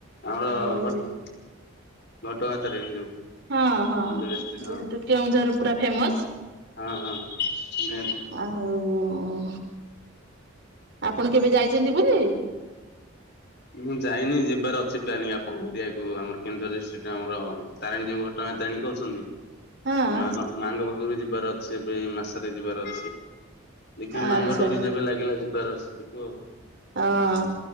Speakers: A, on the left; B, on the right.
A: ଆମର
B: ଆଉ
A: ଘଟ ଘଟଗାଁ ତାରିଣୀ ଯୋଉ।
B: ହଁ, ହଁ,
A: ଯୋଉ ଡିଷ୍ଟ୍ରିକ୍ଟ ହଁ
B: ଯେହେତୁ କେଉଁଝର ପୁରା ଫେମସ।
A: ହଁ ହଁ ନିହାତି।
B: ଆଉ ଓ ଆପଣ କେବେ ଯାଇଚନ୍ତି ବୋଲି?
A: ମୁଁ ଯାଇନି, ଯିବାର ଅଛି ପ୍ଲାନିଂ ଆପଣଙ୍କ ଏରିଆକୁ ଆମର କେଉଁଝର ଡିଷ୍ଟ୍ରିକ୍ଟା ଆମର ତାରିଣୀ ଯୋଉ ଘଟ <unintelligible>
B: ହଁ
A: ମାଙ୍କ ମାଙ୍କ ପାଖକୁ ଯିବାର ଅଛି, ଏବେ ଏଇ ମାସରେ ଯିବାର ଅଛି। ଦେଖିବା
B: ଆଚ୍ଛା
A: ମାଙ୍କ ଡୋରି ଯେବେ ଲାଗିଲା ଯିବାର ଅଛି, ଯିବୁ ଆଉ।
B: ହଁ।